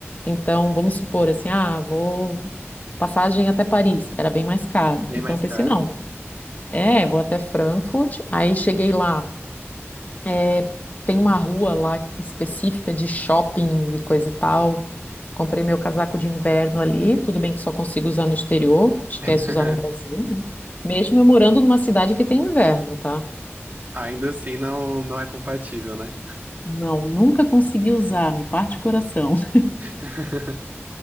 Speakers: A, on the left; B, on the right.
A: Então vamos supor assim, ah, vou passagem até Paris era bem mais caro.
B: Bem
A: Então
B: mais
A: eu pensei,
B: caro,
A: não.
B: né?
A: É, vou até Frankfurt. Aí cheguei lá. É, tem uma rua lá específica de shoppings e coisa e tal. Comprei meu casaco de inverno ali. Tudo bem que só consigo usar no exterior. Esquece
B: <laughs>
A: usar no Brasil, né? Mesmo eu morando numa cidade que tem inverno, tá?
B: Ainda assim não, não é compatível, né?
A: Não, nunca consegui usar, me parte o coração. <laughs>
B: <laughs>